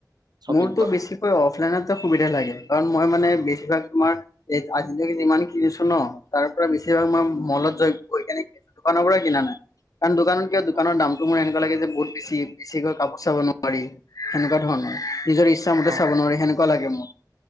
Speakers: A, on the right (about 70°); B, on the left (about 50°).
A: শ্বপিং
B: মোৰতো
A: কৰা
B: বেছিকৈ অফলাইনত সুবিধা লাগে কাৰণ মই মানে। বছিভাগ তোমাৰ এই আজিলৈকে যিমান কিনিছো ন তাৰ পৰা বেছিভাগ তমাৰ মলত য গৈ কেনে। দোকানৰ পৰা কিনা নাই। কাৰণ দোকানত কিয় দোকানৰ
A: অ
B: দামটো মোৰ এনেকুৱা লাগে যে বহুত বেছি বেছিকৈ কাপোৰ চাব নোৱাৰি সনেকুৱা ধৰণৰ। নিজৰ ইচ্ছাতে
A: অ
B: চাব নোৱি সনেকুৱা লাগে মোৰ।